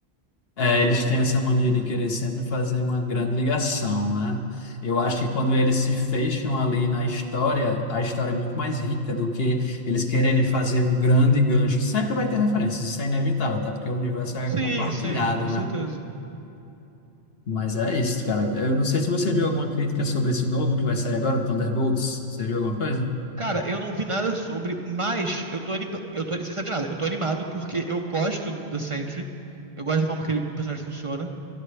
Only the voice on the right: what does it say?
Sim,
sim, com certeza.
Cara, eu não vi nada sobre, mas eu tô, anim... eu tô, sem saber nada, eu tô animado porque eu gosto do The Sentry, eu gosto da forma que ele, o personagem funciona,